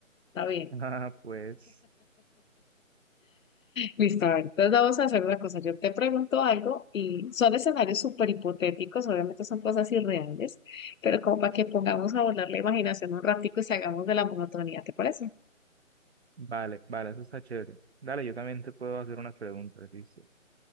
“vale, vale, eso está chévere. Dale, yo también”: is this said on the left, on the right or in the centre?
Right